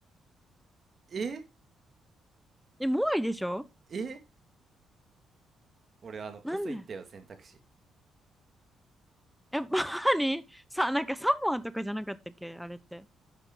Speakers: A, on the right; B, in the centre.
A: え
B: え、モアイでしょ
A: え俺、あの、
B: なんで
A: 嘘言ったよ、選択肢。
B: やっぱり、さ、なんかサモアとかじゃなかったっけあれって。